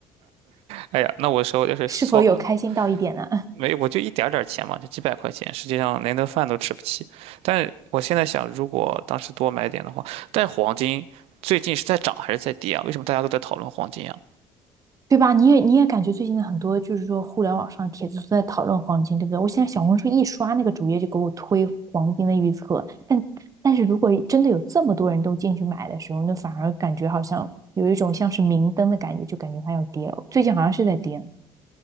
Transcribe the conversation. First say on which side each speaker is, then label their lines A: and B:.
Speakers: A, on the right; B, on the right.
A: 哎呀，那我手要是算了，
B: 是否有开心到一点呢？<laughs>
A: 没，我就一点儿点儿钱嘛，就几百块钱，实际上连顿饭都吃不起。但是我现在想，如果当时多买点的话，但是黄金最近是在涨还是在跌啊？为什么大家都在讨论黄金啊？
B: 对吧？你也你也感觉最近的很多就是说互联网上帖子都在讨论黄金，对不对？我现在小红书一刷那个主页就给我推黄金的预测，但但是如果真的有这么多人都进去买的时候，那反而感觉好像有一种像是明灯的感觉，就感觉它要跌了。最近好像是在跌，